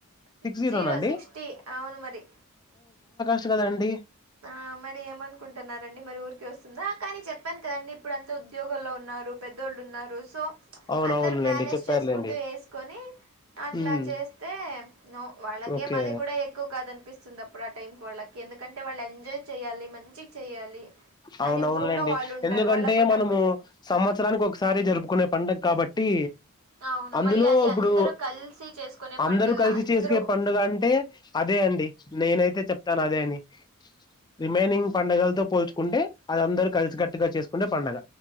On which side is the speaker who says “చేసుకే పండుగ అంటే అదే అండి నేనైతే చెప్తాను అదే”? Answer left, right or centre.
Left